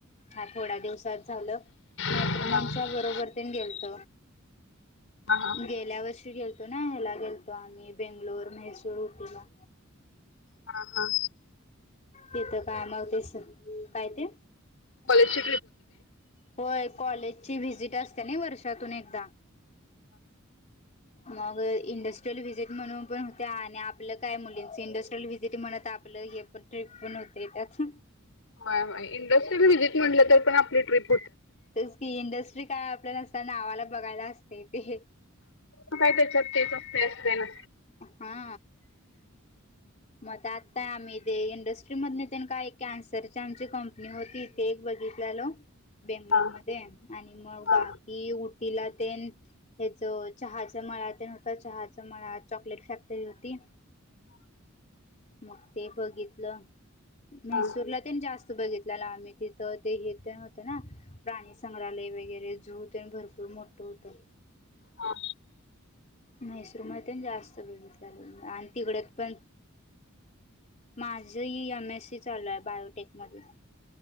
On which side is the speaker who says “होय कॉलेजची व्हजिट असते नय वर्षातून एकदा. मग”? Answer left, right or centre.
Left